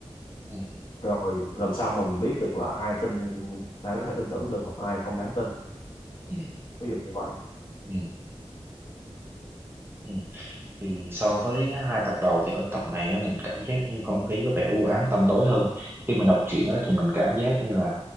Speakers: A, on the right; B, on the left.
A: ừ
B: rồi làm sao mà mình biết được là ai tin ai có thể tin tưởng được và ai không đáng tin
A: ừ.
B: ví dụ như vậy
A: Ừ, ừ. Thì so với hai tập đầu thì ở tập này á, mình cảm giác như không khí có vẻ u ám tăm tối hơn. Khi mình đọc truyện á, thì mình cảm giác như là